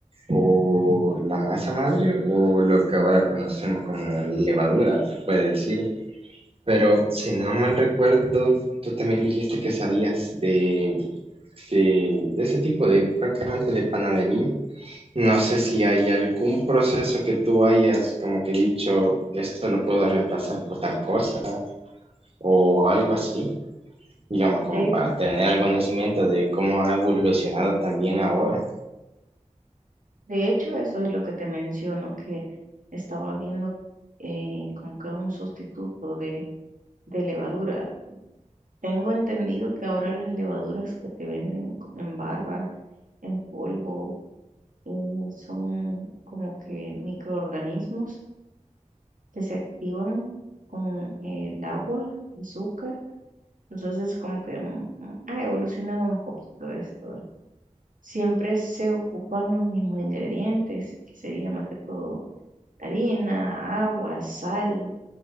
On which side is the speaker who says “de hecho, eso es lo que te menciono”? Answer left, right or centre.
Right